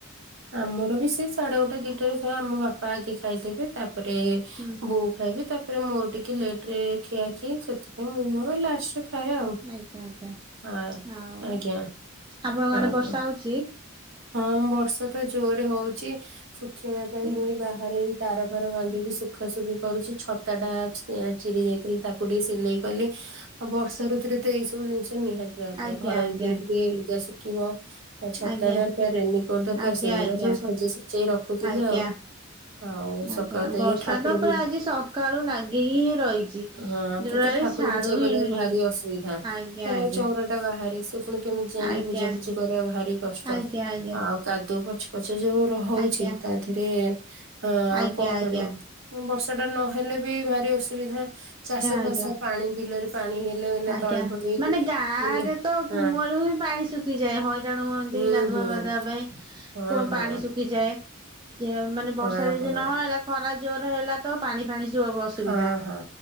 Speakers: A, on the right; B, on the right.
A: ଆମର ବି ସେ ସାଢଡେ ଗୋଟା ଦିଟାରେ ସମହ ଆମ ବାପା ଆଗେ ଖାଇଦେବେ ତାପରେ
B: ହୁଁ
A: ବୋଉ ଖାଇବି ତାପରେ ମୋର ଟିକେ ଲେଟ ରେ ଖିଆ କି ସେଥିପାଇଁ ମୁଁ ମୋର ଲାଷ୍ଟ ରେ ଖାଇ ଆଉ
B: ଆଜ୍ଞା ଆଜ୍ଞା
A: ହଁ
B: ଆଉ
A: ଆଜ୍ଞା।
B: ଆପଣଙ୍କ ଆଡେ
A: ଆଜ୍ଞା
B: ବର୍ଷା ହଉଛି।
A: ହଁ ବର୍ଷା ତ ଜୋରରେ ହଉଛି ଶୁଖେଇବା ପାଇଁ
B: ଆଜ୍ଞା
A: ମୁଇଁ ବାହାରେ ତାର ଫାର ବାନ୍ଧିକି ଶୁଖାସୁଖି କରୁଛି ଛତା ଟା ଚିରି ଯାଇଥିଲି ତାକୁ ଟିକେ ସିଲେଇ କ ଆଉ ବର୍ଷା ଋତୁରେ ତ ଏଇ ସବୁ ଜିନିଷ ନିହାତି
B: ଆଜ୍ଞା
A: ଦରକାର ଘର
B: ଆଜ୍ଞା ଆଜ୍ଞା
A: ଭିତରେ ଟିକେ ଲୁଗା କିିବ ଛତା
B: ଆଜ୍ଞା
A: ଦରକାର ରେନିକୋଟ ଦରକାର
B: ଆଜ୍ଞା
A: ସେଇଗୁଡା
B: ଆଜ୍ଞା
A: ସବୁ ସଜେଇ ସଜେଇ ରଖୁଥିଲେ
B: ଆଜ୍ଞା
A: ଆଉ। ଆଉ
B: ଆଜ୍ଞା
A: ସକାଳୁ ତ
B: ବର୍ଷା
A: ଇଏ ଠାକୁର
B: ତ ପୁରା
A: ହଁ
B: ଆଜି ସକାଳୁ ଲାଗିକି ହିଁ ରହିଛି
A: ହଁ
B: ଯୋଉଟାକି
A: କେତେ ଠାକୁର
B: ଛାଡୁ
A: ପୂଜା
B: ହିଁ
A: କରିବାକୁ
B: ନି।
A: ଭାରି ଅସୁବିଧା
B: ଆଜ୍ଞା ଆଜ୍ଞା
A: ଟା ବାହାରେ ସେ ପୁଣି କେମିତି ଯାଇକି
B: ଆଜ୍ଞା
A: ପୂଜାପୂଜି କରିବା ଭାରି କଷ୍ଟ
B: ଆଜ୍ଞା ଆଜ୍ଞା
A: ଆଉ କାଦୁଅ ପଛ ପଛ ଯୋଉ ହଉଛି
B: ଆଜ୍ଞା
A: ତା ଦେରେ ଅ
B: ଆଜ୍ଞା
A: ଆଉ କଣ
B: ଆଜ୍ଞା
A: କରିବ?
B: ଆଜ୍ଞା
A: ବର୍ଷା ଟା ନହେଲେ ବି ଭାରି ଅସୁବିଧା ଚାଷ ଫାସ
B: ଆଜ୍ଞା
A: ପାଣି ବିଲରେ ପାଣି ହେଲେ ନା
B: ଆଜ୍ଞା
A: ତଳି ଫଳି
B: ମାନେ ଗାଁ
A: ହେଲେ
B: ରେ ତ
A: ହଁ
B: କୂଅରୁ ହିଁ ପାଣି ଶୁଖିଯାଏ ହନ ତେଣୁ ହୁଅନ୍ତି
A: ହୁଁ
B: ଗାଧୁଆବାଧୁଆ
A: ହୁଁ
B: ପାଇଁ।
A: ହଁ
B: କଣ
A: ହଁ
B: ପାଣି ଶୁଖିଯାଏ ଯେ ମାନେ
A: ହଁ
B: ବର୍ଷା ଯଦି
A: ହଁ।
B: ନହେଲା। ଖରା ଜୋର ହେଲା ତ ପାଣି ଫାଣି ସବୁୁ ଅସୁବିଧା
A: ହଁ ହଁ